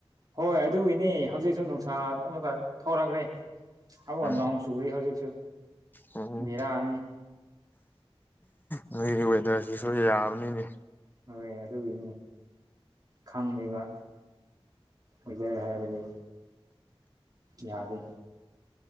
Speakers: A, on the right (about 40°); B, on the left (about 20°).
A: ꯍꯣꯏ ꯑꯗꯨꯒꯤꯅꯤ ꯍꯧꯖꯤꯛꯁꯨ ꯅꯨꯡꯁꯥ ꯑꯃꯨꯛꯀ ꯊꯣꯔꯛꯈ꯭ꯔꯦ ꯑꯃꯨꯛꯀ
B: ꯎꯝ
A: ꯅꯣꯡ ꯆꯨꯔꯤ ꯍꯧꯖꯤꯛꯁꯨ
B: ꯎꯝ
A: ꯕꯦꯔꯛꯑꯅꯤ
B: ꯅꯣꯏꯒꯤ ꯋꯦꯗꯔꯁꯤꯁꯨ ꯌꯥꯕꯅꯤꯅꯦ
A: ꯍꯣꯏ ꯑꯗꯨꯒꯤ ꯈꯪꯉꯕ ꯑꯗꯨꯗꯦ ꯍꯥꯏꯕꯗꯤ ꯌꯥꯗꯦ